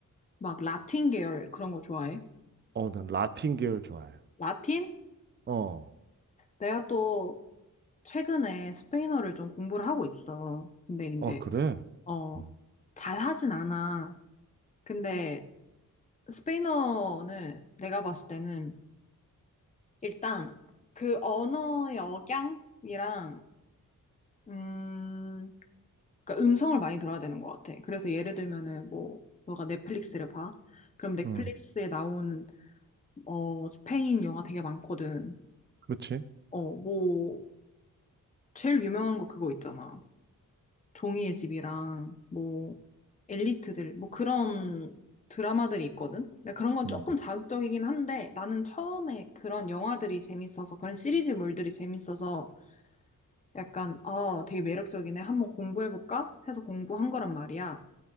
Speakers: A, on the left; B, on the right.
A: 막 라틴 계열 그런 거 좋아해?
B: 어, 난 라틴 계열 좋아해.
A: 라틴?
B: 어,
A: 내가 또 최근에 스페인어를 좀 공부를 하고 있어. 근데 이제,
B: 어, 그래?
A: 어,
B: 응,
A: 잘하진 않아. 근데 스페인어는 내가 봤을 때는 일단 그 언어 역양이랑 음, 그러니까 음성을 많이 들어야 되는 것 같아. 그래서 예를 들면은 뭐 너가 넷플릭스를 봐. 그럼 넷플릭스에
B: 응,
A: 나오는 어 스페인 영화 되게 많거든.
B: 그렇지.
A: 어, 뭐 제일 유명한 거 그거 있잖아. 종이의 집이랑 뭐 엘리트들 뭐 그런 드라마들이 있거든. 근데 그런 건
B: 응.
A: 조금 자극적이긴 한데 나는 처음에 그런 영화들이 재밌어서 그런 시리즈물들이 재밌어서 약간, 아, 되게 매력적이네. 한번 공부해볼까? 해서 공부한 거란 말이야.